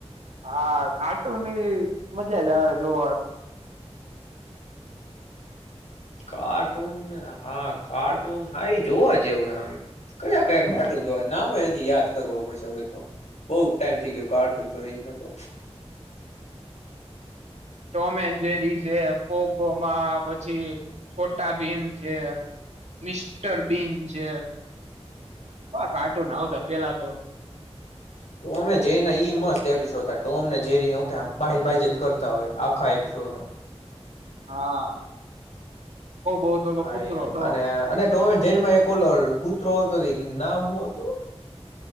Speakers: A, on the right; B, on the left.
A: હા કાર્ટૂનની મજા જ આવે જોવાની
B: કાર્ટૂન હાથ કાર્ટૂન હાાઈ જોવ જ જેવુંમ કયા કાર્ટૂન જોય નામે હજી યાદ કરવો પડશે હવે તો બઉુ ટાઈમ થઈ ગયો કાર્ટૂન તો એને તો
A: ટોમ એન્જેરી છે પોગોમાં પછી છોટા બીન છે મિસ્ટર બીન છે હ કાર્ટૂન આવતા પેલા તો
B: ટોમ એન્ડ જેરી ના ઈ મસ્ત એપિસોડમ જ કે બાયઝ બાયઝ કરતા હોય આખા એપિસોડમાં
A: હા બઉ બઉ તો ઓલો
B: હા
A: કૂતરો ડોગ
B: અને અને ટોમ એન્ડ જેરી માં એક ઓ કૂતરો આવતો ઈ નું નામ હું અતુ